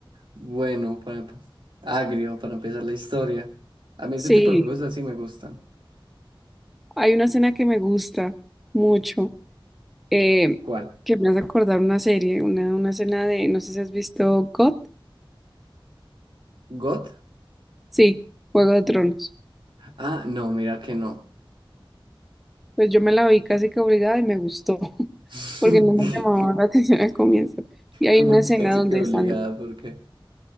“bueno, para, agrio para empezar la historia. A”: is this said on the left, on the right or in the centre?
Right